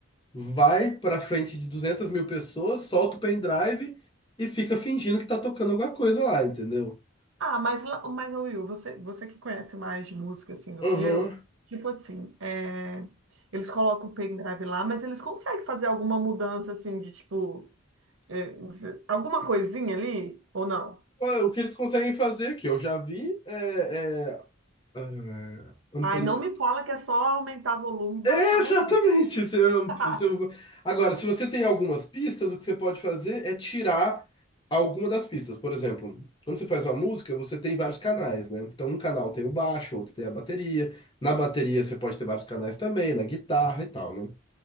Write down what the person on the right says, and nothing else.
Ah, mas, lá- mas ô, Will, você, você que conhece mais de música assim do
que eu, tipo assim, é, eles colocam o pendrive lá, mas eles conseguem fazer alguma mudança assim de tipo, é, alguma coisinha ali ou não?
Ai, não me fala que é só aumentar volume e baixar
volume.
<laughs>